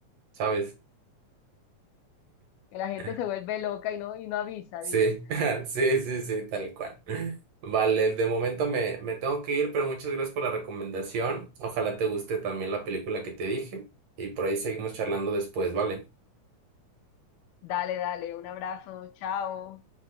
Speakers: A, on the right; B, on the left.
A: ¿sabes?
B: Que la gente
A: <laughs>
B: se vuelve loca y no, y no avisa,
A: Sí,
B: dilo.
A: <laughs> sí, sí, sí, tal cual. Vale, de momento me, me tengo que ir, pero muchas gracias por la recomendación. Ojalá te guste también la película que te dije y por ahí seguimos charlando después, ¿vale?
B: Dale, dale, un abrazo, chao.